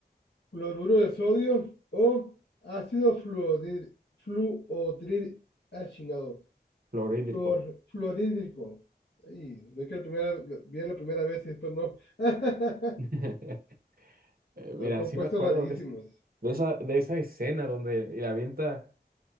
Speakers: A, on the left (about 75°); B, on the right (about 55°).
A: cloruro de sodio o ácido fluorid, fluotrid, ah, chingado,
B: Clorhídrico.
A: Flor, florídrico. Ahí, lo dije la primera, bien la primera vez y después no. <laughs>
B: <laughs> Eh,
A: Son
B: Mira,
A: compuestos
B: sí me acuerdo
A: rarísimos.
B: de, es- de esa, de esa escena donde le avienta